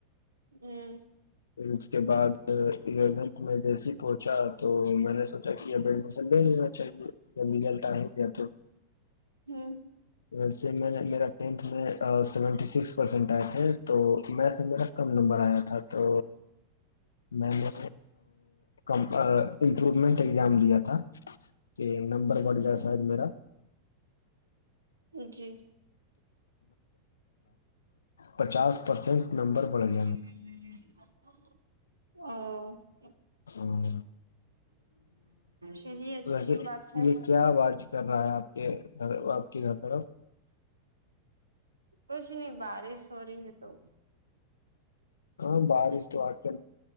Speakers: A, on the right; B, on the left.
A: ہوں <inaudible>
B: پھر اس کے بعد الیونتھ میں جیسی پہنچا تو میں نے سوچا کہ اب ایڈمیشن لے لی میں <inaudible>
A: ہوں
B: ویس میں نے میرا ٹینتھ میں سیونٹی سکس پرسینٹ آئے تھے تو مھیت میرا کم نمبر آیا تھا تو میں نے امپرومنٹ اگزام دیا تھا جی نمبر بڑھ جائے شاید میرا
A: جی
B: پچاس پرسینٹ نمبر
A: ا
B: بڑھ گیا
A: <unintelligible>
B: ہاں
A: چلیے اچھی
B: ویسے
A: بات ہے
B: یہ کیا باز کر رہا ہے آپ کے گھر <inaudible>
A: کچھ نہیں بارش ہو رہی ہے تو
B: ہاں بارش تو آج کل